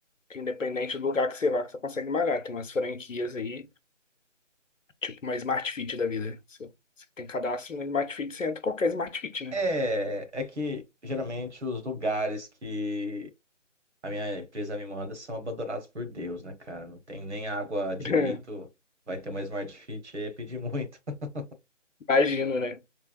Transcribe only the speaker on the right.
É, é que geralmente os lugares que a minha empresa me manda são abandonados por Deus, né, cara? Não tem nem água direito.
Vai ter uma Smart Fit aí, é pedir muito. <laughs>